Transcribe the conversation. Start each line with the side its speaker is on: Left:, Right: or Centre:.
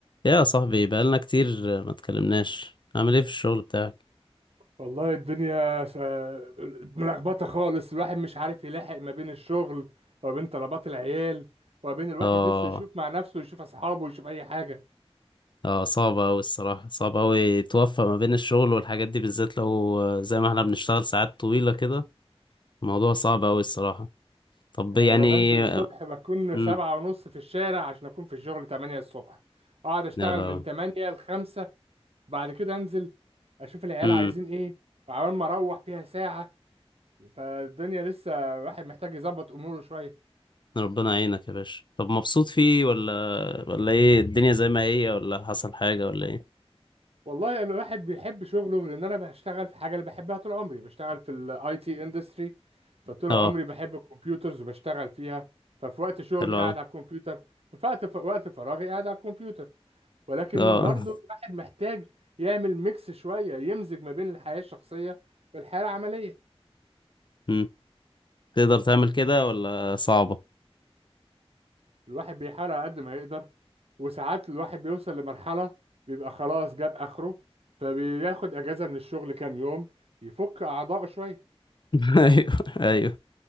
Left: يا صاحبي بقالنا كتير ما اتكلمناش عامل ايه في الشغل بتاعك
Right: والله الدنيا س- ملخبطة خالص الواحد مش عارف يلاحق ما بين الشغل وما بين طلبات العيال وما بين الواحد
Left: اه
Right: نفسه يشوف مع نفسه ويشوف أصحابه ويشوف أي حاجة
Left: اه صعب اوي الصراحة صعب اوي توفق ما بين الشغل والحاجات دي بالذات لو آه، زي ما احنا بنشتغل ساعات طويلة كده الموضوع صعب اوي الصراحة طب
Right: يعني
Left: يعني
Right: أنا بنزل الصبح بكون
Left: امم
Right: سبعة ونص في الشارع عشان أكون في الشغل تمانية الصبح أقعد أشتغل
Left: لا لا
Right: من تمانية لخمسة بعد كده أنزل أشوف العيال
Left: امم
Right: عايزين إيه وعمال ما أروح فيها ساعة فالدنيا لسه الواحد محتاج يظبط أموره شوية
Left: ربنا يعينك يا باشا طب مبسوط فيه ولا ولا ايه الدنيا زي ما هي ولا حصل حاجة ولا ايه
Right: والله انا الواحد بيحب شغله لان انا بشتغل في حاجه اللي بحبها طول عمري بشتغل في الاي تي اندستري فطول
Left: اه
Right: عمري بحب الكمبيوترز وبشتغل فيها ففي وقت شغلي
Left: حلو
Right: قاعد
Left: اوي
Right: على الكمبيوتر ففي وقت وقت فراغي قاعد على الكمبيوتر ولكن
Left: اه
Right: برضو الواحد محتاج يعمل ميكس شويه يمزج ما بين الحياه الشخصيه والحياه العمليه
Left: مم. تقدر تعمل كده ولا صعبة
Right: الواحد بيحاول على قد ما يقدر وساعات الواحد بيوصل لمرحله بيبقى خلاص جاب اخره فبياخد اجازه من الشغل كام يوم يفك اعضائه شويه
Left: <laughs> ايوه ايوه